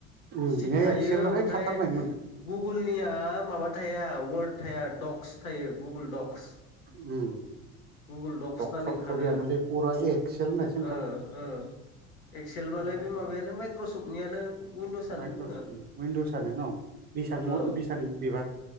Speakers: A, on the right; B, on the left.
A: उम
B: सिट
A: बिनिया
B: थायो
A: एक्सेलावहाय
B: ओमफ्राय
A: थाथारनायमोन
B: गुगोलनिया माबा थाया वार्ड थाया डक्स थायो गुगोल डक्स
A: उम
B: गुगोल डक्सानो
A: थक सक
B: ओंखारो
A: थ' गैयामोनलै फुरा एक्सेल होननायसो
B: ओ ओ एक्सेल
A: ओंखारनाय
B: बालाय बे माबायानो माइक्रसफ्टनियानो उइनदसआनो
A: माइक्रसफ्टनि
B: दोङो
A: उिनडसनो बेसेयां मो
B: औ
A: बिसांनि बेबा